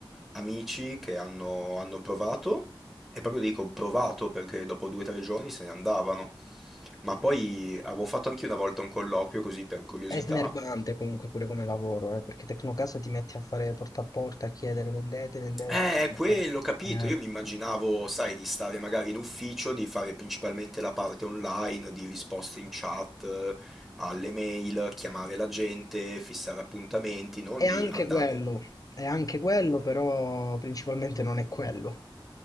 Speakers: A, in the centre; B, on the left (about 40°).
A: amici che hanno, hanno provato, e proprio dico provato perché dopo due o tre giorni se ne andavano. Ma poi avevo fatto anche una volta un colloquio così per curiosità.
B: È snervante comunque pure come lavoro, eh, perché Tecnocasa ti metti a fare porta a porta, a chiedere vendete, vendete,
A: Eh,
B: affitta-
A: è quello, capito.
B: eh,
A: Io mi immaginavo, sai, di stare magari in ufficio, di fare principalmente la parte online, di risposte in chat, eh, alle mail, chiamare la gente, fissare appuntamenti, non
B: è anche
A: di andare.
B: quello, è anche quello, però principalmente non è quello.